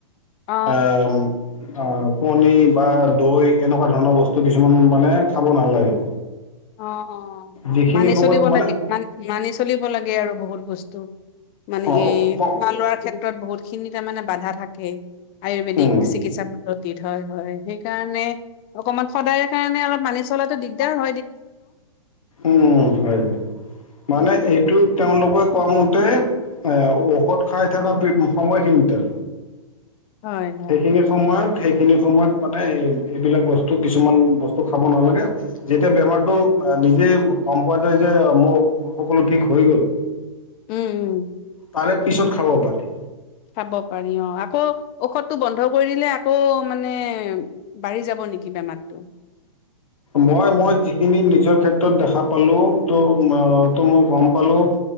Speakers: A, on the left (about 30°); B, on the left (about 80°).
A: অ
B: অম, অ'। কণী বা দৈ এনেকুৱা ধৰণৰ বস্তু কিছুমান মানে খাব নালাগে।
A: অ', অ',
B: যিখিনি
A: মানি
B: সময়ত
A: চলিব
B: মানে
A: লাগে মা মানি চলিব লাগে আৰু বহুত বস্তু। মানে
B: অ
A: এ
B: অ, ক
A: খোৱা লোৱাৰ ক্ষেত্ৰত বহুতখিনি তাৰমানে বাধা থাকে। আয়ুৰ্বেদিক
B: উম
A: চিকিৎসা পদ্ধতিত হয় হয় সেইকাৰণে অকমান সদায়ৰ কাৰণে অলপ মানি চলাটো দিগদাৰ হ
B: উম, হয় হয়, মানে
A: উম উম
B: এইটো তেওঁলোকে কোৱা ম <unintelligible> এ ঔষধ খাই থকা <unintelligible>
A: হয় হয়
B: সেইখিনি সময়ত সেই খিনি সময়ত মানে এ এইবিলাক বস্তু কিছুমান বস্তু খাব নালাগে। যেতিয়া বেমাৰতটো
A: উম
B: নিজেই গম পোৱা যায় যে মোৰ সকলো ঠিক হৈ গ'ল
A: উম উম
B: তাৰে পিছত খাব পাৰি
A: চাব পাৰি অ আকৌ ঔষধটো বন্ধ কৰি দিলে আকৌ মানে বাঢ়ি যাব নেকি বেমাৰতটো
B: মই মই যিখিনি নিজৰ ক্ষেত্ৰত দেখা পালো ত ত মই গম পালো